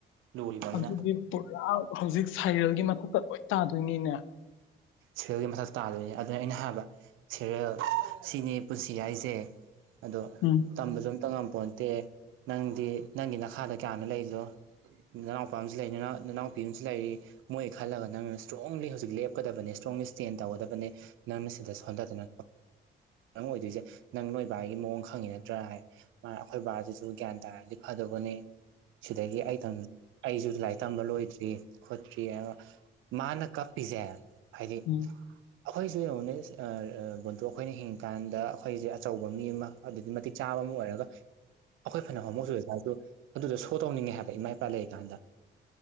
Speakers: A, on the right (about 85°); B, on the left (about 85°).
A: ꯂꯨꯔꯤꯕ ꯑꯃꯅ
B: ꯑꯗꯨꯗꯤ ꯄꯨꯔꯥ ꯍꯧꯖꯤꯛ ꯁꯥꯏꯔꯦꯜꯒꯤ ꯃꯊꯛꯇ ꯂꯣꯏ ꯇꯥꯗꯣꯏꯅꯤꯅꯦ
A: ꯁꯔꯦꯜꯒꯤ ꯃꯊꯛꯇ ꯇꯥꯗꯣꯏꯅꯤ ꯑꯗꯨꯅ ꯑꯩꯅ ꯍꯥꯏꯕ ꯁꯦꯔꯌꯦꯜ ꯁꯤꯅꯤ ꯄꯨꯟꯁꯤ ꯍꯥꯏꯁꯦ ꯑꯗꯣ
B: ꯎꯝ
A: ꯇꯝꯕꯁꯨ ꯑꯃꯇ ꯉꯝꯗ ꯄꯣꯟꯇꯦ ꯅꯪꯗꯤ ꯅꯪꯒꯤ ꯅꯈꯥꯗ ꯀꯌꯥꯅꯣ ꯂꯩꯗꯣ ꯅꯅꯥꯎꯄꯥ ꯑꯃꯁꯨ ꯂꯩꯔꯤꯎ ꯅꯅꯥꯎꯄꯤ ꯑꯃꯁꯨ ꯂꯩꯔꯤ ꯃꯣꯏ ꯈꯜꯂꯒ ꯅꯪꯅ ꯏꯁꯇ꯭ꯔꯣꯡꯂꯤ ꯍꯧꯖꯤꯛ ꯂꯦꯞꯀꯗꯕꯅꯦ ꯁꫭꯝꯒꯤ ꯏꯁ꯭ꯇꯦꯟ ꯇꯧꯒꯗꯕꯅꯦ ꯅꯪꯅ ꯁꯤꯗ ꯁꯣꯟꯊꯗꯅ ꯅꯪ ꯑꯣꯏꯗꯣꯏꯁꯦ ꯅꯪ ꯅꯣꯏꯕꯥꯒꯤ ꯃꯑꯣꯡ ꯈꯪꯉꯤ ꯅꯠꯇ꯭ꯔꯥ ꯍꯥꯏ ꯃꯥ ꯑꯩꯈꯣꯏ ꯕꯥꯗꯨꯁꯨ ꯒ꯭ꯌꯥꯟ ꯇꯥꯔꯗꯤ ꯐꯗꯧꯕꯅꯦ ꯁꯤꯗꯒꯤ ꯑꯩ ꯑꯩꯁꯨ ꯂꯥꯏꯔꯤꯛ ꯇꯝꯕ ꯂꯣꯏꯗ꯭ꯔꯤ ꯈꯣꯠꯇ꯭ꯔꯤ ꯍꯥꯏ ꯃꯥꯅ ꯀꯞꯄꯤꯁꯦ ꯍꯥꯏꯗꯤ
B: ꯎꯝ
A: ꯑꯩꯈꯣꯏꯁꯨ ꯌꯦꯡꯉꯣꯅꯦ ꯕꯟꯇꯨ ꯑꯩꯈꯣꯏꯅ ꯍꯤꯡꯉꯀꯥꯟꯗ ꯑꯩꯈꯣꯏꯁꯦ ꯑꯆꯧꯕ ꯃꯤ ꯑꯃ ꯑꯗꯨꯗꯤ ꯃꯇꯤꯛ ꯆꯥꯕ ꯍꯣꯃꯣ ꯑꯣꯏꯔꯒ ꯑꯩꯈꯣꯏ ꯐꯅ ꯍꯣꯃꯣ ꯆꯨꯖꯊꯥꯁꯨ ꯑꯗꯨ ꯑꯗꯨꯗꯣ ꯁꯣ ꯇꯧꯅꯤꯡꯉꯦ ꯍꯥꯏꯕ ꯏꯃꯥ ꯏꯄꯥ ꯂꯩꯔꯤꯀꯥꯟꯗ